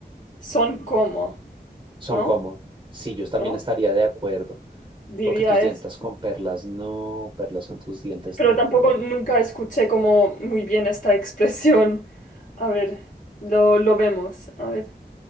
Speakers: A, on the left; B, on the right.
A: son como,
B: Son
A: ¿no?
B: como. Sí, yo también
A: ¿No?
B: estaría de acuerdo.
A: Diría
B: Porque tus
A: es.
B: dientes con perlas no, perlas son tus dientes
A: Pero
B: tampoco.
A: tampoco nunca escuché como muy bien esta <laughs> expresión. A ver, lo, lo vemos. A ver.